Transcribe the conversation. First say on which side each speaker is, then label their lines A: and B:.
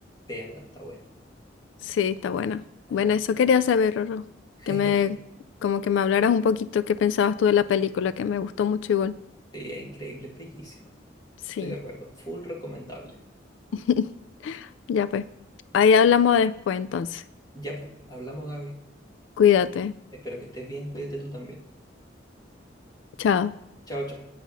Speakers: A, on the left; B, on the left.
A: Véanla, está buena.
B: Sí, está buena.
A: Ajá.
B: Bueno, eso quería saber, Rorro.
A: <laughs>
B: Que me, como que me hablaras un poquito qué pensabas tú de la película, que me gustó mucho igual.
A: Sí, es increíble, es bellísima.
B: Sí.
A: Estoy de acuerdo. Full recomendable.
B: <laughs> Ya pues. Ahí hablamos después entonces.
A: Ya, pues, hablamos, Gaby.
B: Cuídate.
A: Espero que estés bien, cuídate tú también.
B: Chao.
A: Chao, chao.